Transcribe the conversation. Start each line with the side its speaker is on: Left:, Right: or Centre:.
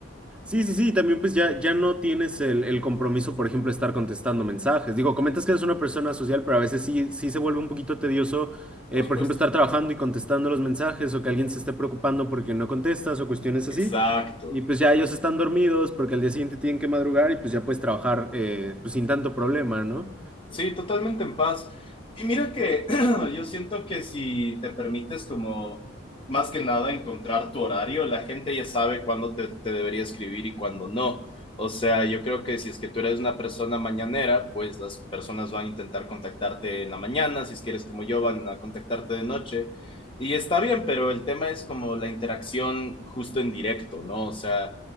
Centre: Sí, sí, sí, también pues ya, ya no tienes el, el compromiso, por ejemplo, de estar contestando mensajes. Digo, comentas que eres una persona social, pero a veces sí, sí se vuelve un poquito tedioso, eh,
Left: por
Centre: por
Left: supuesto.
Centre: ejemplo, estar trabajando y contestando los mensajes o que alguien se esté preocupando porque no contestas o cuestiones
Left: Exacto.
Centre: así. Y pues ya ellos están dormidos porque al día siguiente tienen que madrugar y pues ya puedes trabajar eh, pues sin tanto problema, ¿no?
Left: Sí, totalmente en paz. Y mira que <clears throat> yo siento que si te permites como más que nada encontrar tu horario, la gente ya sabe cuándo te, te debería escribir y cuándo no. O sea, yo creo que si es que tú eres una persona mañanera, pues las personas van a intentar contactarte en la mañana, si es que eres como yo, van a contactarte de noche. Y está bien, pero el tema es como la interacción justo en directo, ¿no? O sea,